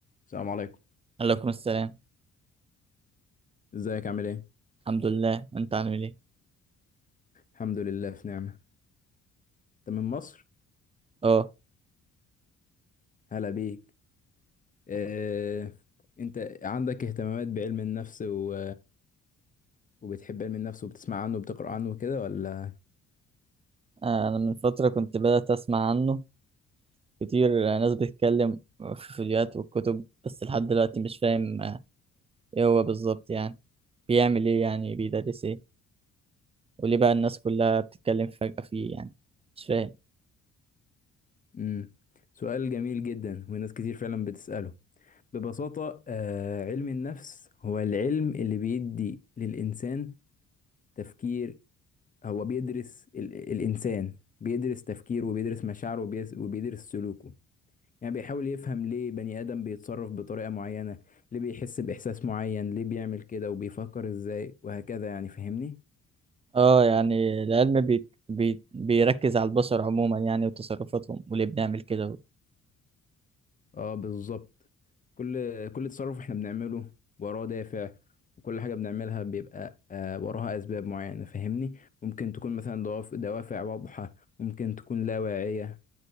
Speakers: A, on the left (about 25°); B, on the right (about 20°).
A: السلام عليكم
B: عليكم السلام
A: ازيك عامل ايه
B: الحمد لله انت عامل ايه
A: الحمد لله في نعمة انت من مصر
B: اه
A: هلا بيك اه... انت عندك اهتمامات بعلم النفس و... وبتحب علم النفس وبتسمع عنه وبتقرأ عنه وكده ولا
B: انا من فتره كنت بدات اسمع عنه كتير آه، ناس بتتكلم في فيديوهات والكتب بس لحد دلوقتي مش فاهم آه، ايه هو بالظبط يعني بيعمل ايه يعني بيدرس ايه وليه بقى الناس كلها بتتكلم فجاه فيه يعني مش فاهم
A: امم سؤال جميل جدا وناس كتير فعلا بتسأله ببساطة آه... علم النفس هو العلم اللي بيدي للإنسان تفكير هو بيدرس ال... الإنسان بيدرس تفكيره وبيدرس مشاعره وبيس- وبيدرس سلوكه يعني بيحاول يفهم ليه بني آدم بيتصرف بطريقة معينة ليه بيحس بإحساس معين ليه بيعمل كده وبيفكر إزاي وهكذا يعني فاهمني؟
B: اه يعني العلم بي... بي... بيركز على البشر عموما يعني وتصرفاتهم وليه بنعمل كده
A: اه بالظبط كل كل تصرف احنا بنعمله وراه دافع وكل حاجة بنعملها بيبقى آه وراها أسباب معينة فاهمني؟ ممكن تكون مثلا دواف- دوافع واضحة ممكن تكون لا واعية